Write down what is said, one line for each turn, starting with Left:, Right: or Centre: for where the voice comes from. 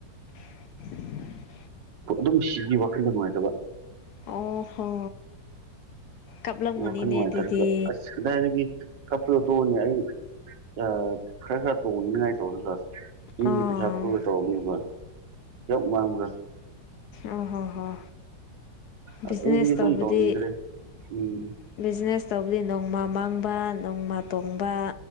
Left: <inaudible>
Right: ꯑꯗꯨꯝ ꯁꯤꯒꯤ ꯋꯥꯈꯜꯗ ꯅꯨꯡꯉꯥꯏꯇꯕ
Left: ꯑꯣ ꯍꯣ ꯀꯞꯂꯝꯒꯅꯤꯅꯦ
Right: ꯎꯝ ꯋꯥꯈꯜ ꯅꯨꯡꯉꯥꯏꯇꯔꯒ
Left: ꯑꯗꯨꯗꯤ
Right: ꯑꯁ ꯀꯗꯥꯏꯗꯒꯤ ꯀꯛꯄꯥꯗꯣ ꯇꯣꯅꯤ ꯑꯩ ꯑꯥ ꯈꯔ ꯈꯔ ꯇꯣꯡꯅꯤꯡꯉꯥꯏ ꯇꯧꯔꯒ ꯃꯤꯒꯤ
Left: ꯑꯥ
Right: ꯄꯩꯁꯥ ꯄꯨꯔꯥꯒ ꯇꯧꯕꯅꯤ <unintelligible> ꯃꯥꯡꯕ
Left: ꯑꯣ ꯍꯣ-ꯍꯣ
Right: ꯑꯗꯨꯗꯒꯤ
Left: ꯕꯤꯖꯤꯅꯦꯁ
Right: ꯑꯗꯨꯝ
Left: ꯇꯧꯕꯗꯤ
Right: ꯇꯧꯅꯤꯡꯗ꯭ꯔꯦ ꯎꯝ
Left: ꯕꯤꯖꯤꯅꯦꯁ ꯇꯧꯕꯗꯤ ꯅꯣꯡꯃ ꯃꯥꯡꯕ ꯅꯣꯡꯃ ꯇꯣꯡꯕ